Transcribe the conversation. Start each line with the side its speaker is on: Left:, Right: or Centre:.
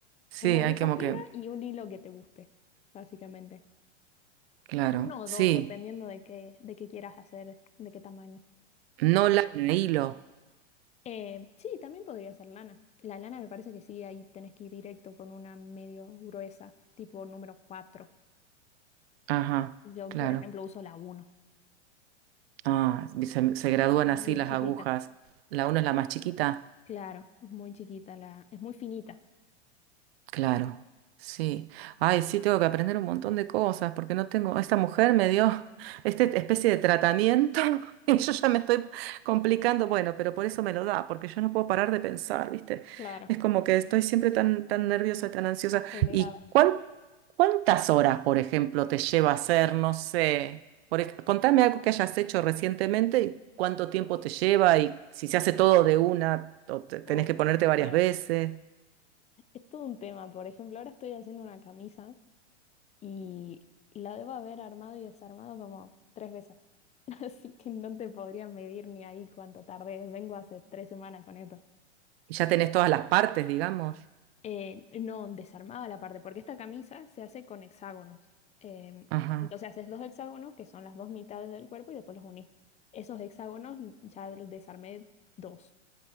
Right: Sí,
Left: una
Right: hay
Left: aguja
Right: como
Left: fina
Right: que...
Left: y un hilo que te guste, básicamente.
Right: Claro,
Left: Uno o
Right: sí.
Left: dos, dependiendo de qué, de qué quieras hacer, de qué tamaño.
Right: No lana, hilo.
Left: Eh, sí, también podría ser lana. La lana me parece que sí, ahí tenés que ir directo con una medio gruesa, tipo número cuatro
Right: Ajá,
Left: Yo,
Right: claro.
Left: por ejemplo, uso la uno
Right: Ah, se, se gradúan
Left: Muy
Right: así las
Left: chiquita.
Right: agujas. La una es la más chiquita.
Left: Claro, es muy chiquita la, es muy finita.
Right: Claro, sí. Ay, sí, tengo que aprender un montón de cosas porque no tengo. Esta mujer me dio <laughs> esta especie de tratamiento <laughs> y yo ya me estoy complicando. Bueno, pero por eso me lo da, porque yo no puedo parar de pensar, ¿viste?
Left: Claro,
Right: Es como que estoy siempre tan, tan nerviosa y tan ansiosa.
Left: acelerada.
Right: ¿Y cuán- cuántas horas, por ejemplo, te lleva hacer? No sé. Por, ej- contame algo que hayas hecho recientemente y cuánto tiempo te lleva y si se hace todo de una o te- tenés
Left: Uf,
Right: que ponerte varias
Left: eh,
Right: veces.
Left: <laughs> es todo un tema. Por ejemplo, ahora estoy haciendo una camisa y la debo haber armado y desarmado como tres veces. <laughs> Así que no te podría medir ni ahí cuánto tardé. Vengo hace tres semanas con esto.
Right: Y ya tenés todas las partes, digamos.
Left: Eh, no, desarmaba la parte, porque esta camisa se hace con hexágonos. Em,
Right: Ajá.
Left: entonces haces dos hexágonos, que son las dos mitades del cuerpo, y después los unís. Esos hexágonos ya desarmé dos.